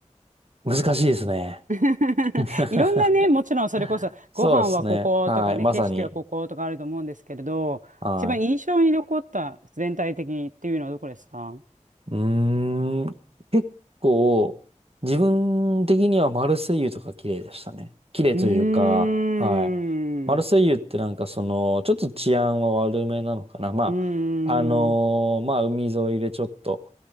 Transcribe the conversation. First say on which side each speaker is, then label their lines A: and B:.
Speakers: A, on the right; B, on the right.
A: 難しいですね。
B: <laughs>
A: <laughs>
B: いろんなね、もちろんそれこそ、
A: そうですね。
B: ご飯はこことかね、
A: はい。まさに。
B: 景色はこことかあると思うんですけれど、
A: はい。
B: 一番印象に残った、全体的にっていうのはどこですかう
A: うーん。結構、自分的にはマルセイユとか綺麗でしたね。綺麗というか、
B: ーん。
A: はい。マルセイユってなんかその、ちょっと治安は悪めなのかな。まあ、
B: うーん、
A: あのーまあ、
B: うん
A: 海沿いでちょっと、